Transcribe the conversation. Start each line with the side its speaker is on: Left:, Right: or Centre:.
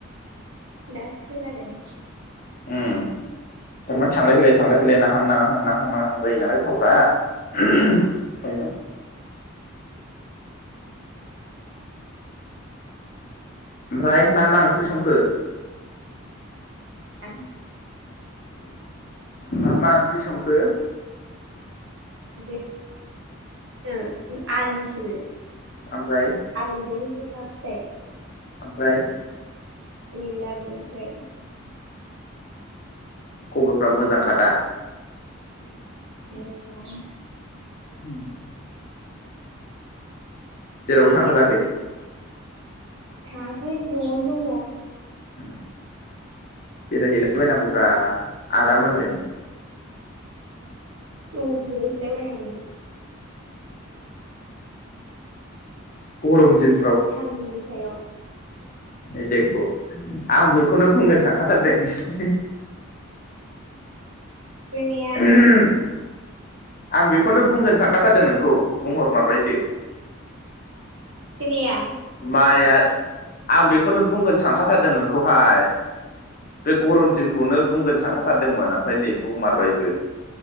Right: दासो खोनादों
Left: ओम थारमाने थांलाय फैलाय थांलाय फैलाय नाहां नाङाहां नांहां नांआहां,, जायो नालाय थावारा ओम बेखायनो ओमफ्राय मा मा ओंख्रि संखो?
Right: <unintelligible>
Left: मा मा ओंख्रि संखो?
Right: जिं <unintelligible> आलुसो
Left: ओमफ्राय
Right: आलुजों जोग था फिथाइ
Left: आमफ्राय
Right: गैला बिनि फ्राय
Left: खबरफ्रा मोजांखादा?
Right: मोजां
Left: ओम जेरावबो
Right: गेजेरावनो
Left: थांथाराखै?
Right: थाङाखै न'आवनो दङ
Left: ओ बेरायहैला बायनांगौब्रा आदामोनजों
Right: अबाव बेरायहैला बायनांगौ
Left: गरम दिन
Right: सान्दुं गोसायाव <inaudible>
Left: ओइ देख' आं बेखौनो बुंगोन सानखाथारदों
Right: खोनाया
Left: <inaudible> ओम आं बेखौनो बुंगोन सानखाथारदों नोंखौ बुंहरमारबायसो
Right: खोनाया
Left: माइआ आं बेखौनो बुंगोन सानखाथारदों नोंखौहाय बे गरम दिनखौनो बुंगोन सानखाथारदोंमोन ओमफ्राय नै बुंमारबायबो